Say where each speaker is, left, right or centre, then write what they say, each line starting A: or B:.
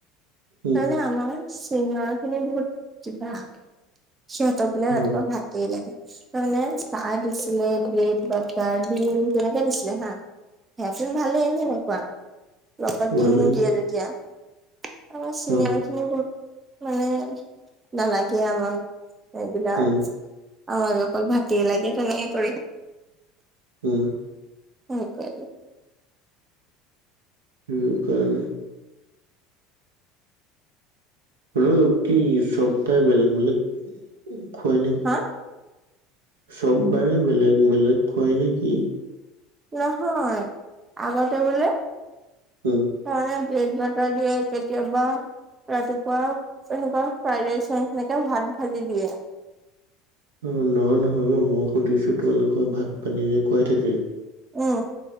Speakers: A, on the right (about 75°); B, on the right (about 25°).
A: উম
B: তণে আমাৰ চনো খিনি বহুত কিবা সিহঁতৰ বিিললে ৰাতিপুৱা
A: অ
B: ভাত ত লাগে তাৰমানে চাহ দিছিলে ব্ৰেড বাটাৰ ডন কেনেকে দিছিলে হা সে পন ভালেইনেকুৱা লগত
A: ভালেই
B: দি মোৰ দিয়ে যেতিয়া আ চিিনিয়েল
A: অ
B: খিনি বহুত মানে নালাগে আমাক এইবিলাক
A: উম
B: আমাক অকল ভতিে লাগে তেনেকে কৰিম
A: উম
B: স কে
A: স কাৰণে ৰ কি চব পাই বেলেগ বেলেগ খুৱাই নেকি
B: হা
A: চব বাৰে বেলেগ বেলেগ খুৱায় নেকি
B: নহয় আগতে বোলে
A: উম
B: তান ব্ৰেড বটাৰ দ হয় চতিয়া বা ৰাতিপুৱা এনেকুৱা ফ্ৰাইড ৰাইচ ৰাই এেনেকে ভাত ভাজি দিয়ে
A: অ নহয় নহয় মই সুধিছো তোমালোকৰ ভাত পানী যে খুৱাই থাকে
B: উম